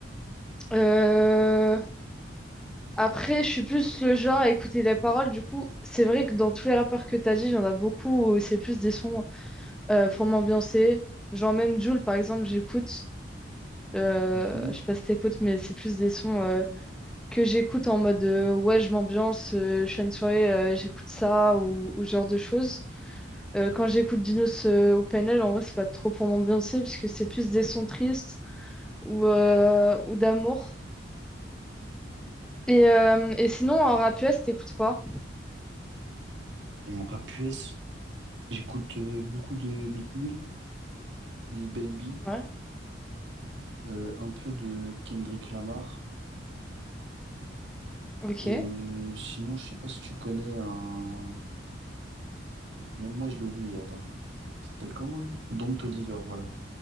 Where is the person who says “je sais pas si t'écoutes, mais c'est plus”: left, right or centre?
Centre